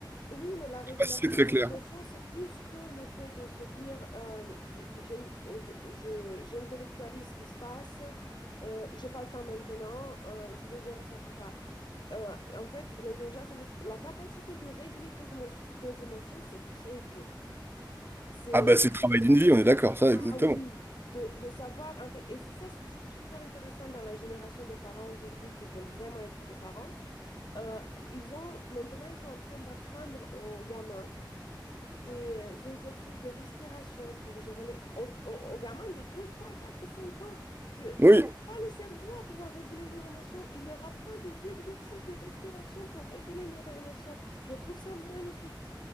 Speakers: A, on the left; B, on the right.
A: Oui, mais la régulation
B: Je sais pas si c'est très clair.
A: des émotions, c'est plus que le fait de se dire euh, j'ai- je- je- j'intellectualise ce qui se passe, euh, j'ai pas le temps maintenant, euh, je vais gérer ça plus tard. Euh, en fait, l'intelligence, émo- la capacité de réguler tes émotions, tes émotions, c'est très dur. C'est,
B: Ah bah c'est le travail d'une vie, on est d'accord, ça
A: ah
B: exactement.
A: oui, de, de savoir, en fait, et c'est ça ce que je trouve super intéressant dans la génération des parents aujourd'hui qui veulent vraiment être des parents. Euh, ils ont, maintenant, ils sont en train d'apprendre aux gamins des exercices de respiration pour gérer les, aux, aux- aux gamins de 2 3 4 5 ans qu'ils
B: Oui,
A: n'ont pas le cerveau à pouvoir réguler leurs émotions. Ils leur apprennent des exercices de respiration pour réguler leurs émotions. Je trouve ça magnifique.